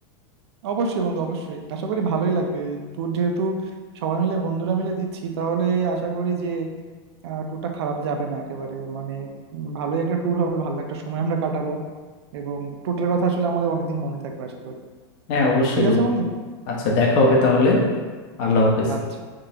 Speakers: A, on the right; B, on the left.
A: অবশ্যই বন্ধু অবশ্যই আশা করি ভালোই লাগবে ট্যুর যেহেতু সবাই মিলে বন্ধুরা মিলে দিচ্ছি তাহলে আশা করি যে ট্যুরটা খারাপ যাবে না একেবারে মানে উম, ভালোই একটা ট্যুর হবে ভালো একটা সময় আমরা কাটাবো এবং ট্যুরটার কথা আসলে আমাদের অনেকদিন মনে থাকবে আশা করি
B: হ্যাঁ অবশ্যই
A: ঠিক
B: বন্ধু
A: আছে বন্ধু
B: আচ্ছা দেখা হবে তাহলে আল্লাহ হাফেজ
A: আচ্ছা